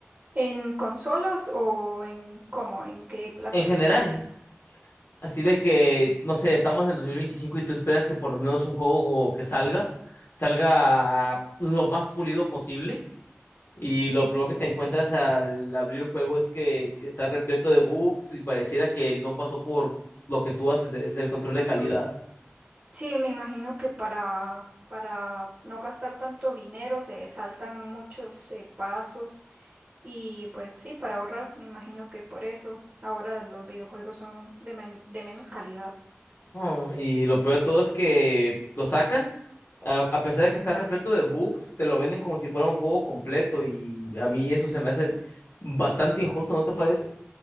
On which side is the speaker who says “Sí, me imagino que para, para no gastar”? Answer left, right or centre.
Right